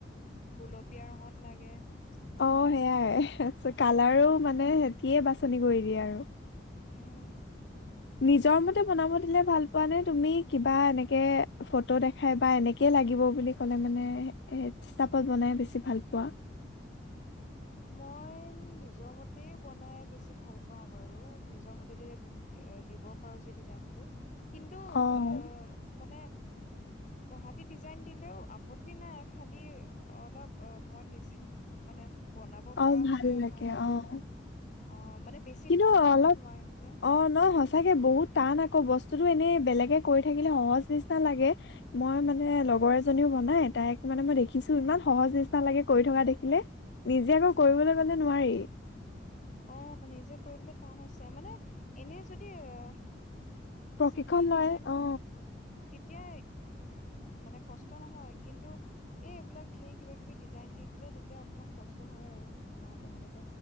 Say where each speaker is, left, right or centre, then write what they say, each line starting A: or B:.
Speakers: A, on the left; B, on the left.
A: গুলপীয়া ৰঙত লাগে বেছিভাগ
B: অ সেইয়াই তাৰ কালাৰো মানে সিয়ে বাছনি কৰি দিয়ে আৰু
A: উম
B: নিজৰ মতে বনাব দিলে ভাল পোৱা নে তুমি কিবা এনেকে ফটো দেখাই বা এনেকেই লাগিব বুলি ক'লে মানে বনাই বেছি ভাল পোৱা
A: মই নিজৰ মতে বনাই বেছি ভাল পাওঁ বাৰু নিজৰ মতে তেতিয়া এ দিব পাৰো যে ডিজাইনবোৰ। কিন্তু
B: অ',
A: আ মানে তাহতি ডিজাইন দিলেও আপত্তি নাই খালি অলপ মই নিজে মানে বনাব পৰা
B: অ',
A: হলে
B: লাগে
A: ভাল হয়
B: অ',
A: আৰু অ মানে বেছি
B: কিন্তু
A: টান আকৌ
B: অলপ
A: নোৱাৰিম যে
B: অ ন সচাকে বহুত টান আকৌ বস্তু বস্তুটো এনেই বেলেগে কৰি থাকিলে সহজ নিচিনা লাগে মই মানে লগৰ এ এজনী ও বনাই তাইক মানে মই দেখিছো ইমান সহজ নিচিনা লাগে কৰি থকা দেখিলে নিজে আকৌ
A: উম
B: কৰিবলৈ গলে নোৱাৰি
A: অ' নিজে কৰিবলৈ টান আছে। মানে এনে যদি অ'
B: প্ৰশিক্ষণ
A: চিম্পুল
B: লয়
A: ডিজাইন হয়,
B: অ
A: তেতিয়া মানে কষ্ট নহয়। কিন্তু এইবিলাক ঢেৰ কিবা-কিবি ডিজাইন দি দিলে, তেতিয়া অকমান কষ্ট হয় আৰু। বনাওঁতে - মেলোতে।